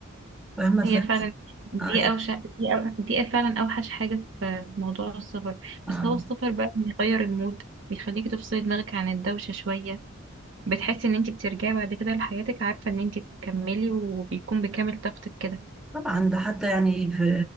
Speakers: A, in the centre; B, on the right (about 60°).
A: فاهمه
B: هي فعلا دي
A: اه يعني
B: أوشك دي, أو... دي فعلا أوحش حاجة في في موضوع السفر
A: آه.
B: بس هو السفر بقى بيغير المود بيخليكي تفصلي دماغك عن الدوشة شوية بتحسي ان انت بترجعي بعد كده لحياتك عارفة ان انت تكملي وبيكون بكامل طاقتك كده
A: طبعا ده حتى يعني في